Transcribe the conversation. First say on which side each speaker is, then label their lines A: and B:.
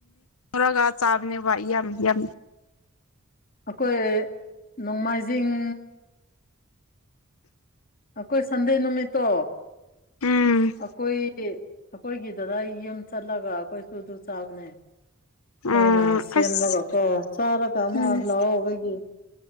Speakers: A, on the left; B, on the left.
A: ꯥꯂꯧꯔꯒ ꯆꯥꯕꯅꯦ ꯌꯥꯝ ꯌꯥꯝ
B: ꯑꯩꯈꯣꯏ ꯅꯣꯡꯃꯥꯏꯖꯤꯡ ꯑꯩꯈꯣꯏ ꯁꯟꯗꯦ ꯅꯨꯃꯤꯠꯇꯣ
A: ꯎꯝ
B: ꯑꯩꯈꯣꯏ ꯑꯩꯈꯣꯏꯒꯤ ꯗꯗꯥꯒꯤ ꯌꯨꯝ ꯆꯠꯂꯒ ꯑꯩꯈꯣꯏꯁꯨ ꯑꯗꯨ ꯆꯥꯕꯅꯦ
A: ꯎꯝ
B: ꯃꯣꯏꯅ ꯁꯦꯝꯂꯒ
A: ꯑꯁ
B: ꯀꯣ ꯆꯥꯔꯒ ꯑꯃ
A: ꯎꯝ
B: ꯂꯧꯑꯣꯕꯒꯤ